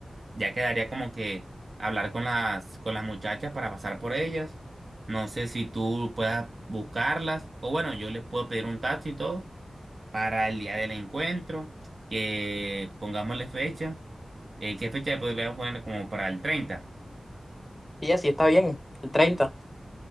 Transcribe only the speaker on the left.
Y así está bien, el 30.